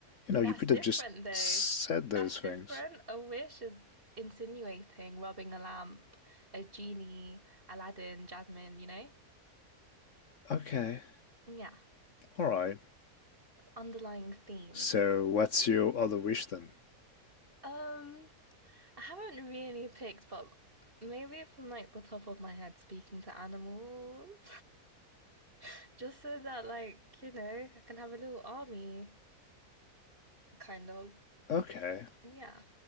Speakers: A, on the left; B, on the right.
A: you
B: That's
A: know, you could
B: different
A: have just
B: though.
A: said
B: That's
A: those
B: different.
A: things.
B: A wish is insinuating, rubbing a lamp, a genie, Aladdin, Jasmine, you know?
A: Okay,
B: Yeah.
A: all right.
B: It's underlying themes.
A: So what's your other wish then?
B: Um I haven't really picked, but maybe from like the top of my head, speaking to animals, <laughs> just so that like you know I can have a little army, kind of.
A: Okay,
B: Yeah,